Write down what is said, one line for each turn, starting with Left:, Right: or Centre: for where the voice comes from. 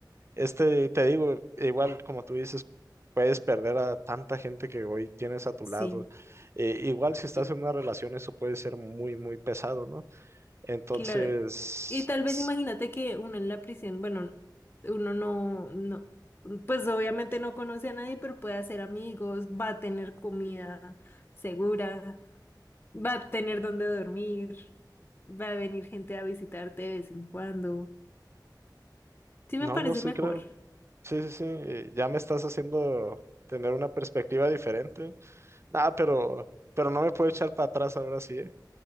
Right: Este, te digo, igual como tú dices, puedes perder a tanta gente que hoy tienes a tu
Left: Sí,
Right: lado. Eh, igual si estás
Left: y-
Right: en una relación, eso puede ser muy, muy pesado, ¿no? Entonces,
Left: claro. Y tal vez
Right: s-
Left: imagínate que uno en la prisión, bueno, uno no, no, pues obviamente no conoce a nadie, pero puede hacer amigos, va a tener comida segura, va a tener donde dormir, va a venir gente a visitarte de vez en cuando. Sí
Right: no,
Left: me parece
Right: no sé,
Left: mejor.
Right: creo. Sí, sí, sí, eh, ya me estás haciendo tener una perspectiva diferente. Ah, pero, pero no me puedo echar para atrás ahora sí, ¿eh?